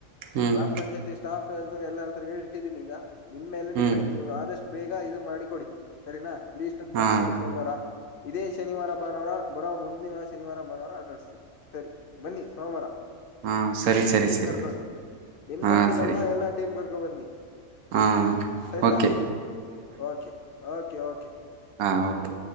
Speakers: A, on the right; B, on the left.
A: ಹ್ಮ್
B: ಗ್ರಾಮ ಪಂಚಾಯತಿ ಸ್ಟಾಫ್ ಎರ್ತಾರೆ ಎಲ್ಲ ಇರ್ತಾರೆ ಹೇಳಿಟ್ಟಿದೀನಿ ಈಗ. ನಿಮ್ ಮಲೆ
A: ಹ್ಮ್
B: ಡಿಪೆಂಡ್ ನೀವು ಆದಷ್ಟು ಬೇಗ ಇದು ಮಾಡಿ ಕೊಡಿ ಸರಿನಾ ಲೀಸ್ಟ್ ಅಂತ
A: ಹಾ
B: ತಂದ್ ಕೊಡಿ ಸೋಮವಾರ. ಇದೇ ಶನಿವಾರ ಭಾನುವಾರ ಬರೋ ಮುಂದಿನ ಶನಿವಾರ ಭಾನುವಾರ ಆಟ ಆಡಿಸ್ತವಿ. ಸರಿ ಬನ್ನಿ ಸೋಮವಾರ. <inaudible>
A: ಹಾಂ ಸರಿ ಸರಿ
B: ಟೀಮ್
A: ಸರಿ
B: ಕರ್ಕೊಂಡು ನಿಮ್ದೊಬ್ದಲ್ಲ
A: ಹಾಂ ಸರಿ
B: ಎಲ್ಲಾ ಟೀಮ್ ಕರ್ಕೊ ಬನ್ನಿ <inaudible>
A: ಹಾಂ
B: ಸರಿನಾ
A: ಓಕೆ
B: <inaudible> ಓಕೆ ಓಕೆ ಓಕೆ.
A: ಹಾ ಓಕೆ